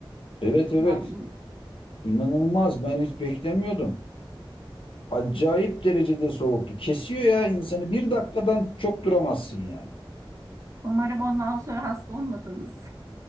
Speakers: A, on the left; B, on the right.
A: Evet evet.
B: Yani in-
A: İnanılmaz. Ben hiç beklemiyordum. Acayip derecede soğuktu. Kesiyor ya insanı. Bir dakikadan çok duramazsın yani.
B: umarım ondan sonra hasta olmadınız.